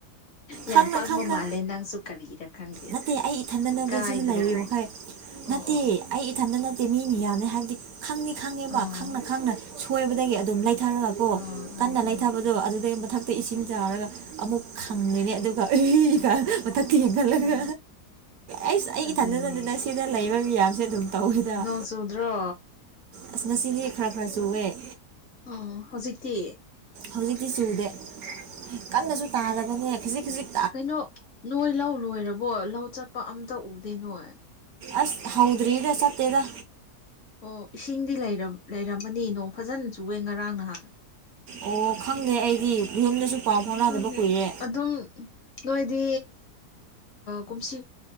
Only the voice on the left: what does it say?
ꯌꯥꯝ
ꯄꯪꯕ
ꯃꯥꯜꯂꯦ ꯅꯪꯁꯨ ꯀꯔꯤꯔ ꯈꯪꯗꯦ
ꯏꯀꯥꯏꯗ꯭ꯔꯣ
ꯑꯣ
ꯑꯣ
ꯑꯥ
ꯑꯥ
ꯑꯥ
ꯑꯥ
ꯎꯝ
ꯑꯗꯨꯅꯦ
ꯅꯣꯡ ꯆꯨꯗ꯭ꯔꯣ
ꯑꯣ ꯍꯧꯖꯤꯛꯇꯤ
ꯀꯩꯅꯣ ꯅꯣꯏ ꯂꯧ ꯂꯣꯏꯔꯕꯣ ꯂꯧ ꯆꯠꯄ ꯑꯝꯇ ꯎꯗꯦ ꯅꯣꯏ
ꯑꯣ ꯏꯁꯤꯡꯗꯤ ꯂꯩꯔꯝꯃꯅꯤ ꯅꯣꯡ ꯐꯖꯅ ꯆꯨꯑꯦ ꯉꯔꯥꯡ ꯅꯍꯥꯟ
ꯈꯪꯗꯦ
ꯑꯗꯨꯝ ꯅꯣꯏꯗꯤ ꯀꯨꯝꯁꯤ